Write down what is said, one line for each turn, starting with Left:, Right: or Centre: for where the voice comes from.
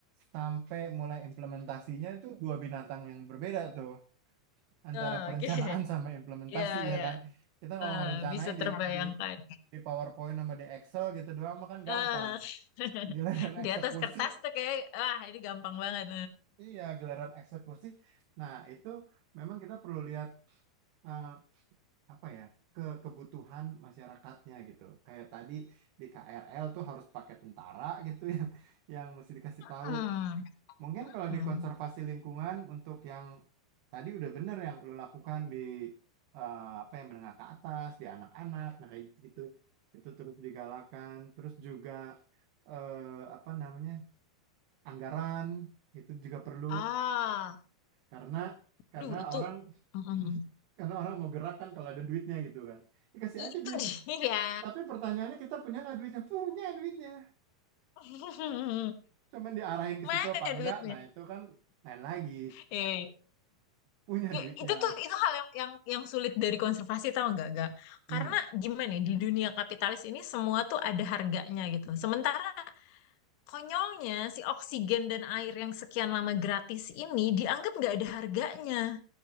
Right: sampai mulai implementasinya itu dua binatang yang berbeda tuh. antara
Left: Ah,
Right: perencanaan
Left: Oke.
Right: sama implementasi
Left: Ya,
Right: ya
Left: ya.
Right: kan kita ngomong
Left: Ah,
Right: rencanain
Left: bisa terbayangkan.
Right: di di di PowerPoint sama di Excel gitu doang mah kan
Left: Ah.
Right: gampang
Left: <laughs>
Right: giliran <laughs> eksekusi
Left: Di atas kertas tuh kayak, ah ini gampang banget.
Right: iya giliran eksekusi nah itu memang kita perlu lihat eh, apa ya ke kebutuhan masyarakatnya gitu kayak tadi di KRL tuh harus pakai tentara gitu <laughs> yang yang mesti dikasih tahu
Left: Hmm.
Right: Mungkin kalau
Left: hmm.
Right: di konservasi lingkungan untuk yang tadi udah bener yang lo lakukan di eh, apa yang menengah ke atas, di anak-anak, nah kayak gitu, itu terus digalakan, terus juga eh, apa namanya anggaran itu juga perlu
Left: Ah,
Right: karena karena
Left: duh itu.
Right: orang
Left: Hmm.
Right: <laughs> karena orang mau gerak kan kalau ada duitnya gitu kan, dikasih aja
Left: Itu
Right: duit.
Left: dia.
Right: Tapi pertanyaannya kita punya nggak duitnya? Punya duitnya,
Left: <laughs>
Right: cuman diarahin ke
Left: Mana
Right: situ apa enggak?
Left: duitnya?
Right: Nah itu kan lain lagi,
Left: Eh,
Right: punya
Left: i-
Right: duitnya.
Left: itu tuh itu hal yang yang, yang sulit dari konservasi tau nggak gak?
Right: Hmm.
Left: Karena gimana ya, di dunia kapitalis ini semua tuh ada harganya gitu. Sementara konyolnya si oksigen dan air yang sekian lama gratis ini dianggap nggak ada harganya,